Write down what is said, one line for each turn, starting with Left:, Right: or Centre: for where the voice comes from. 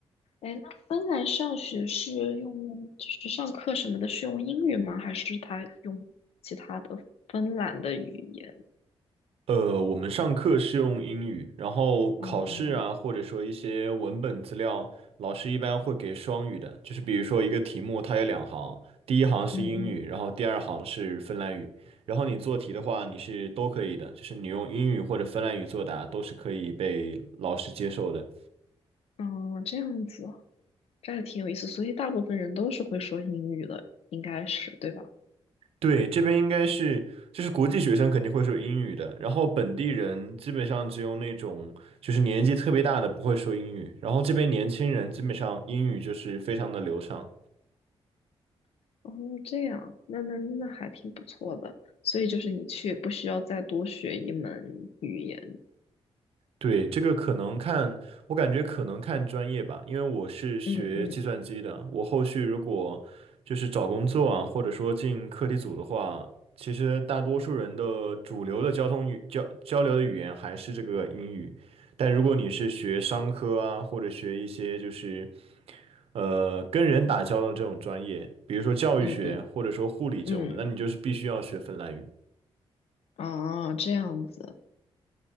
Left: 哎，那芬兰上学是用，就是上课什么的，是用英语吗？还是他用其他的芬兰的语言？
Right: 呃，我们上课是用英语，然后考试啊，
Left: 嗯嗯。
Right: 或者说一些文本资料，老师一般会给双语的，就是比如说一个题目，它有两行，第一行是英语，
Left: 嗯嗯
Right: 然后第二行是芬兰语，然后你做题的话，你是都可以的，就是你用英语或者芬兰语作答都是可以被老师接受的。
Left: 嗯，这样子，这还挺有意思。所以大部分人都是会说英语的，应该是，对吧？
Right: 对，这边应该是就是国际学生肯定会说英语的，然后本地人基本上只有那种就是年纪特别大的不会说英语，然后这边年轻人基本上英语就是非常的流畅。
Left: 哦，这样，那那那还挺不错的。所以就是你去也不需要再多学一门语言。
Right: 对，这个可能看，我感觉可能看专业吧，因为我是学计算机的，
Left: 嗯嗯
Right: 我后续如果就是找工作啊，或者说进课题组的话，其实大多数人的主流的交通语交交流的语言还是这个英语，但如果你是学商科啊，或者学一些就是呃跟人打交道的这种专业，比如说教育学或者说护理这种的，
Left: 嗯嗯嗯，
Right: 那你就是必须要学芬兰语。
Left: 啊，这样子。